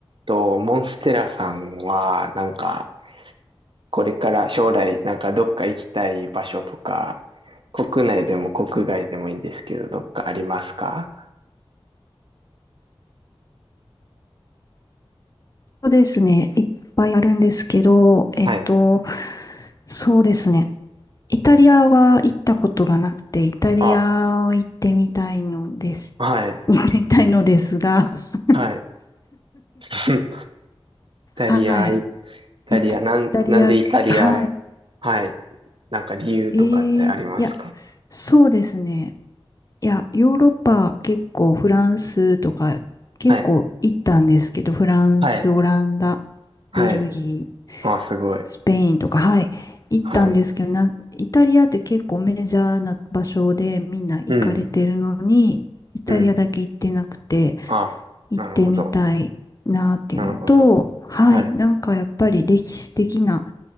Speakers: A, on the right (about 60°); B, on the left (about 35°).
A: と、モンステラさんは、なんか、これから将来、なんかどっか行きたい場所とか、国内でも国外でもいいんですけど、どっかありますか
B: そうですね。いっぱいあるんですけど、えっと、
A: はい。
B: そうですね。イタリアは行ったことがなくて、イタリアを行ってみたいのです。
A: あ、はい、
B: <laughs> 行ってみたいのですが、<laughs>
A: はい。<laughs> イタリア、
B: はい。
A: イタリア、
B: イタ、イタリア、
A: なん、なんでイタリア、
B: は
A: はい。なんか理由とかってありますか
B: い。えー、いや、そうですね。いや、ヨーロッパ結構フランスとか結構行ったんですけど、
A: はい、
B: フランス、
A: はい、
B: オランダ、
A: はい。
B: ベルギー、
A: あ、すごい。
B: スペインとか、はい、行ったんですけど、
A: はい。
B: な、イタリアって結構メジャーな場所でみんな行かれてるのに、
A: うん、
B: イタリアだけ行ってなくて、
A: うん。あ、
B: 行ってみたいなっていうのと、
A: なるほど。なるほど。
B: はい、
A: はい。
B: なんかやっぱり歴史的な、